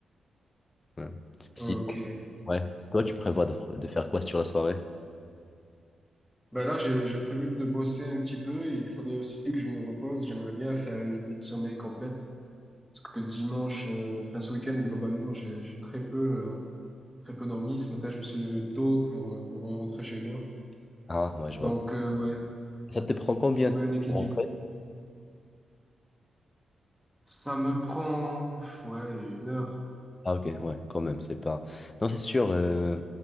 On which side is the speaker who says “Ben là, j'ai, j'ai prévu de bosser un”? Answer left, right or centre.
Centre